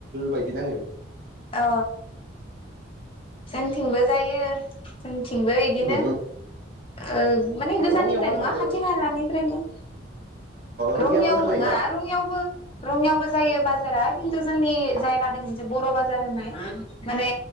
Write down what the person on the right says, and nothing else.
बायदि नाङो।
उम
रङियाव बाजार
अ
रङिया
बाजार
जायोना